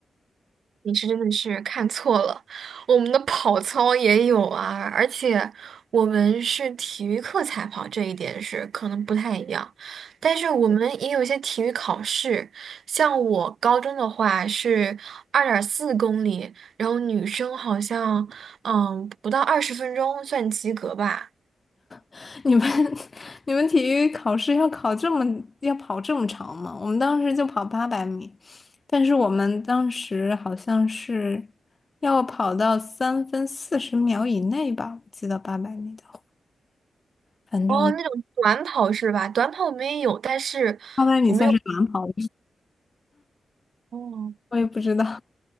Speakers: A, on the right (about 80°); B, on the left (about 40°).
A: 你是真的是看错了，我们的跑操也有啊，而且我们是体育课才跑，这一点是可能不太一样。但是我们也有一些体育考试，像我高中的话是二点四公里，然后女生好像嗯不到二十分钟算及格吧。
B: <laughs> 你们 <laughs> 你们体育考试要考这么要跑这么长吗？我们当时就跑八百米，但是我们当时好像是要跑到三分四十秒以内吧，我记得八百米的话，反正
A: 哦，那种短跑是吧？短跑我们也有，但是我们有。
B: 八百米算是短跑。
A: 哦。
B: 我也不知道。